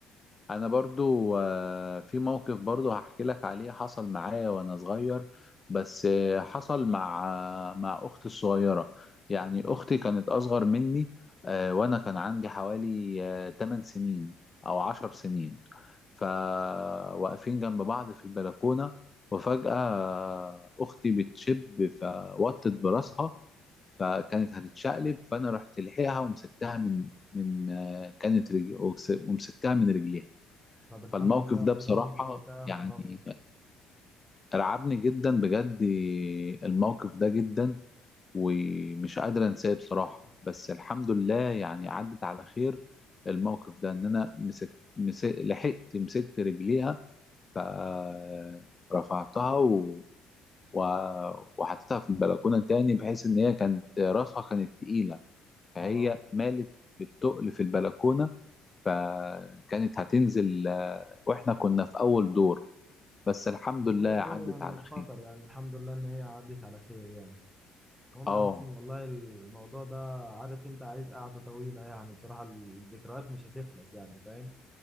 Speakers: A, on the left; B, in the centre.
A: انا برضو آه، في موقف برضو هحكي لك عليه حصل معايا وانا صغير بس آه، حصل مع آه، مع اختي الصغيرة يعني
B: مم.
A: اختي كانت اصغر مني آه، وانا كان عندي حوالي آه، 8 سنين او 10 سنين فواقفين جنب بعض في البلكونة وفجأة آه، اختي بتشب فوطت براسها فكانت هتتشقلب فانا رحت لحقها ومسكتها من من آه، كانت رجل ومسكتها من رجليها
B: طب الحمد
A: فالموقف
B: لله
A: ده
B: والله
A: بصراحة
B: اللي انت لحقتها يا
A: يعني
B: نهار ابيض
A: رعبني جدا بجد الموقف ده جدا ومش قادر انساه بصراحة بس الحمد لله يعني عدت على خير الموقف ده ان انا مسك مسك لحقت مسكت رجليها فرفعتها و... و... وحطيتها في البلكونة تاني بحيث ان هي كانت راسها كانت تقيلة فهي
B: اه
A: مالت بالتقل في البلكونة فكانت هتنزل آه، واحنا كنا في اول دور بس الحمد لله
B: اول
A: عدت
B: دور يعني
A: على
B: مش خطر
A: خير
B: يعني الحمد لله ان هي عدت على خير يعني المهم
A: اه
B: يا باسم والله الموضوع ده عارف انت عايز قعدة طويلة يعني بصراحة الذكريات مش هتخلص يعني فاهم